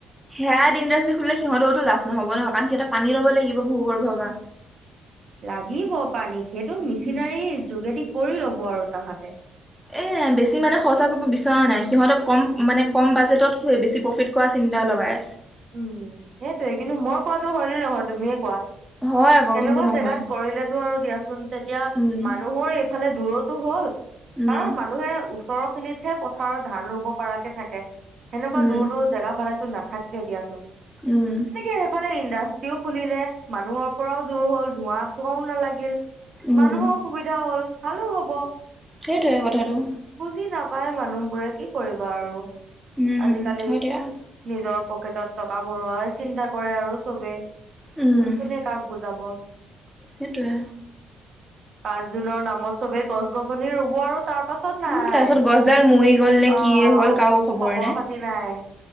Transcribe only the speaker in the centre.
সেয়াত ইণ্ডাষ্ট্ৰি খুলিলে সিহঁতও টো লাভ নহ'ব ন কাৰণ সিহঁতে পানী লব লাগিব ভূ-গৰ্ভৰ পৰা।
উম,
এই বেছি মানে খৰচা কৰিব বিচৰা নাই সিহঁতক কম মানে কম বাজেটত বেছি প্ৰফিট কোৱা চিন্তাও লগাই আছে।
হয় আকৌ
কিন্তু নহয়
উম
উম
উম
উম।
উম
সেইটোৱে কথাটো।
উম
হয় দিয়া
উম
সেইটোৱে
উম তাৰ পিছত গছডাল মৰি গ'ল নে
কিয়ে হ'ল কাৰো খবৰ